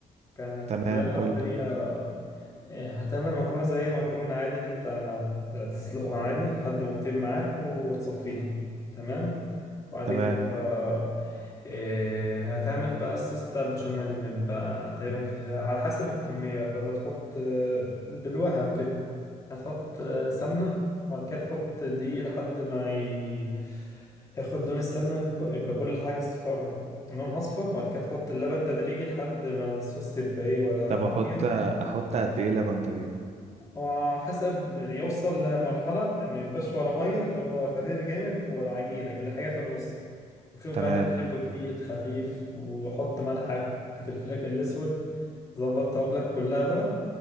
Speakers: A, on the left; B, on the right.
A: كانت
B: تمام
A: الطريقة
B: قول
A: اللي
B: لي
A: هي إيه، هتعمل مكرونة زي مكرونة عادي اللي انت هت- هتسلقها عادي لحد ما تطيب معاك وتصفيها تمام وبعد
B: تمام
A: كده بقى، إيه، هتعمل بقى الصوص بتاع البشاميل اللي بيبقى تقريبا كده على حسب الكمية بقى فبتحط آه، بالوهم كده هتحط آه، سمنة وبعد كده تحط دقيق لحد ما ي... ياخد لون السمنة يبقى يبقى كل حاجة أصفر لونها أصفر وبعد كده تحط اللبن تدريجي لحد ما الصوص يبقى إيه ولا
B: طب احط
A: مية
B: احط قد ايه لبن طيب
A: هو حسب يعني يوصل لمرحلة ما يبقاش ولا مية اللي هو خفيف جامد ولا عجينة كده حاجة في النص وشوف
B: تمام
A: بقى انت بتحبه تقيل خفيف وحط ملحك في الفلاك الأسود ظبط طبلك كلها بقى